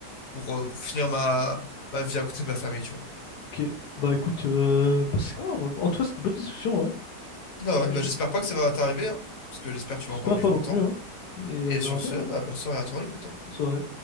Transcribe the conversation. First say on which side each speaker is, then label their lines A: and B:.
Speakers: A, on the left; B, on the left.
A: pour, euh, pour finir ma... ma vie à côté de ma famille, tu vois.
B: Ok, bah écoute, euh, bah, c'est ça, en tout cas, c'est une bonne discussion, ouais.
A: Bah
B: J'ai-
A: ouais, bah
B: j'ai-
A: j'espère pas que ça va t'arriver, hein, parce que j'espère que tu vas
B: J'espère
A: encore vivre
B: ne pas
A: longtemps.
B: non plus, hein. Et
A: Et
B: on verra
A: sur
B: bien.
A: ce, bah bonne soirée à toi, écoute. hein.
B: Bonne soirée.